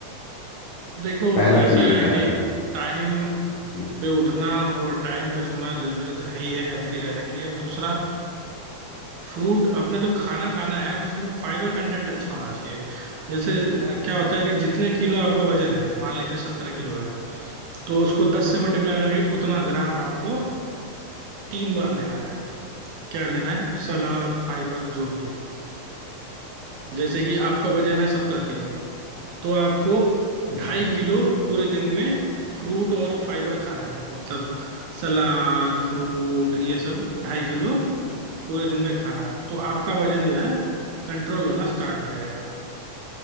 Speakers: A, on the right; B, on the left.
A: देखो
B: पहला
A: ऐसा
B: तो ये
A: है
B: कारण
A: कि
B: है
A: टाइम
B: जी
A: पे उठना और टाइम पे सोना जरूरी तो है ही है हेल्थी रहने के लिए और दूसरा फ्रूट अपने जो खाना खाना है उसमें फाइबर कंटेंट अच्छा होना चाहिए जैसे अ, क्या होता है कि जितने किलो आपका वजन है मान लीजिए सत्तर किलो है तो उसको दस से मल्टीप्लाई करके उतना ग्राम आपको तीन बार लेना है क्या लेना है सलाद फाइबर जो भी जैसे कि आपका वजन है सत्तर किलो तो आपको
B: ठीक
A: ढाई
B: है
A: किलो पूरे दिन में फ्रूट और फाइबर खाना है मतलब सलाद फ्रूट ये सब ढाई किलो पूरे दिन में खाना है तो आपका वजन जो है कंट्रोल होना स्टार्ट हो जाएगा